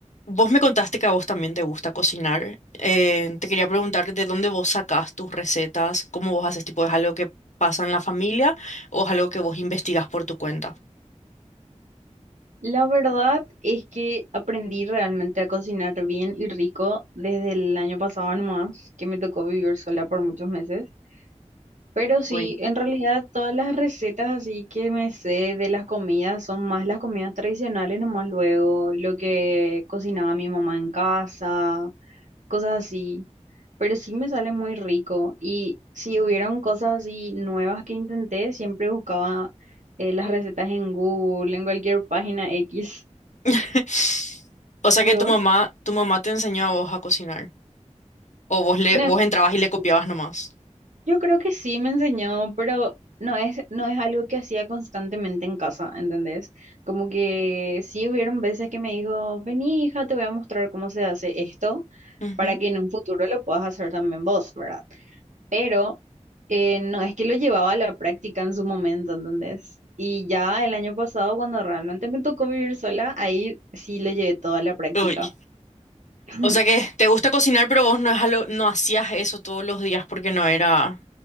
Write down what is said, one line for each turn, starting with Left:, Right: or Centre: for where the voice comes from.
Left: Vos me contaste que a vos también te gusta cocinar. Eh, te quería preguntar de dónde vos sacás tus recetas, cómo vos haces, tipo, ¿es algo que pasa en la familia o es algo que vos investigás por tu cuenta?
Right: La verdad es que aprendí realmente a cocinar bien y rico desde el año pasado nomás, que me tocó vivir sola por muchos meses. Pero sí,
Left: Uy.
Right: en realidad todas las recetas así que me sé de las comidas son más las comidas tradicionales nomás luego, lo que cocinaba mi mamá en casa, cosas así. Pero sí me sale muy rico y si hubieron cosas así nuevas que intenté, siempre buscaba eh, las recetas en Google, en cualquier página X.
Left: <laughs> O sea
Right: ¿Y
Left: que
Right: vos?
Left: tu mamá, tu mamá te enseñó a vos a cocinar. O vos le,
Right: No,
Left: vos entrabas y
Right: sí,
Left: le copiabas nomás.
Right: yo creo que sí me enseñó, pero no es, no es algo que hacía constantemente en casa, ¿entendés? Como que sí hubieron veces que me dijo, vení hija, te voy a mostrar cómo se hace esto
Left: Ujú.
Right: para que en un futuro lo puedas hacer también vos, ¿verdad? Pero eh, no es que lo llevaba a la práctica en su momento, ¿entendés? Y ya el año pasado, cuando realmente me tocó vivir sola, ahí sí lo llevé toda a la práctica.
Left: Uy.
Right: <laughs>
Left: O sea que te gusta cocinar, pero vos no, es algo- no hacías eso todos los días porque no era...